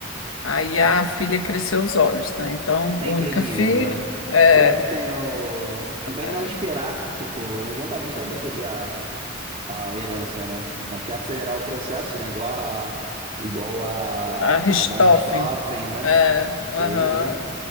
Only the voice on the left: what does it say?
Aí a filha cresceu os olhos, né? Então,
única
filha,
é,
é,
a Richthofen,
é, aham,